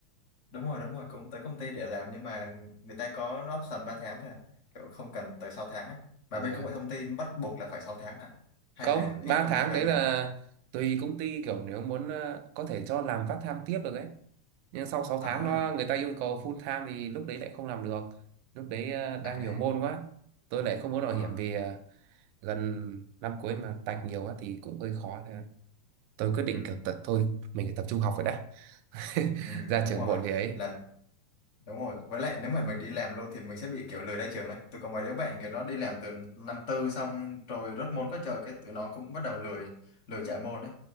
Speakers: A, on the left (about 45°); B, on the right (about 80°).
A: đúng rồi đúng rồi cũng tới công ty để làm nhưng mà người ta có option 3 tháng thôi à kiểu không cần tới 6 tháng ấy mà
B: Ờ.
A: bên công nghệ thông tin bắt buộc là phải 6 tháng à hay
B: không
A: là
B: 3
A: ít công
B: tháng
A: ty ba
B: đấy
A: tháng
B: là tùy công ty kiểu nếu muốn ờ, có thể cho làm part time tiếp được ấy nhưng sau sáu
A: à
B: tháng nó người ta yêu cầu full time thì lúc đấy lại không làm được lúc đấy ờ, đang
A: à
B: nhiều môn quá tôi lại không muốn bảo
A: à
B: hiểm vì ờ, gần năm cuối mà tạch nhiều quá thì cũng hơi khó nên là tôi quyết định
A: ừ
B: kiểu tật thôi mình phải tập trung học rồi đã <laughs>
A: ừ
B: ra
A: đúng
B: trường
A: rồi
B: muộn thì ấy
A: làm đúng rồi với lại nếu mà mình đi làm luôn thì mình sẽ bị kiểu lười ra trường ấy tôi có mấy đứa bạn kiểu nó đi làm từ năm tư xong rồi rớt môn có trời cái tụi nó cũng bắt đầu lười lười trả môn ấy